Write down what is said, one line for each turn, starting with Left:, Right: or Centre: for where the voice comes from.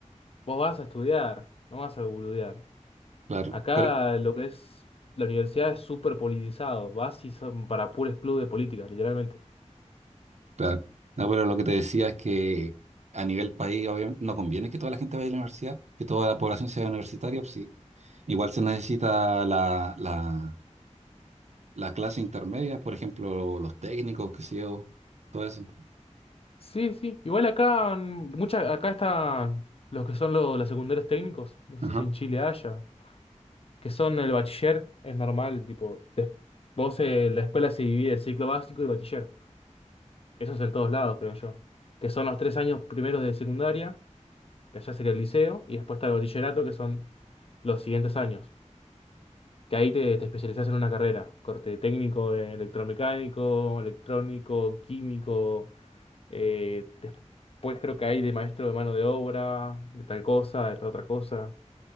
Left: Vos vas a estudiar, no vas a boludear.
Right: Claro,
Left: Acá
Right: pero...
Left: lo que es la universidad es súper politizado. Vas y son para puros clubes de política, literalmente.
Right: Claro. No, pero lo que te decía es que a nivel país, obviamente, no conviene que toda la gente vaya a la universidad, que toda la población sea universitaria, pues sí. Igual se necesita la, la, la clase intermedia, por ejemplo, los técnicos, qué sé yo, todo eso.
Left: Sí, sí. Igual acá, mm, mucha, acá están los que son lo- los secundarios técnicos. No
Right: Ajá.
Left: sé si en Chile haya. Que son el bachiller, es normal, tipo. Vos eh, en la escuela se divide en ciclo básico y bachiller. Eso es en todos lados, creo yo. Que son los tres años primeros de secundaria, que allá sería el liceo, y después está el bachillerato, que son los siguientes años. que ahí te, te especializás en una carrera, corte técnico en electromecánico, electrónico, químico, eh, después creo que hay de maestro de mano de obra, de tal cosa, de tal otra cosa,